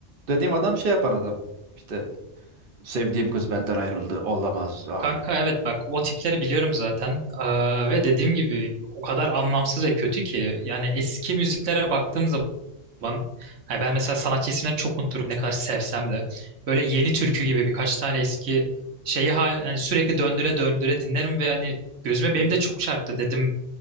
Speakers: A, on the right; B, on the right.
A: dediğim adam şey yapan adam. İşte sevdiğim kız benden ayrıldı. Olamaz. Hayır.
B: kanka evet bak o tipleri biliyorum zaten Aa, ve dediğim gibi o kadar anlamsız ve kötü ki yani eski müziklere baktığım zaman yani ben mesela sanatçı isimlerini çok unuturum ne kadar sevsem de böyle yeni türkü gibi birkaç tane eski şeyi ha- hani sürekli döndüre döndüre dinlerim ve hani gözüme
A: Hı.
B: benim de çok çarptı dedim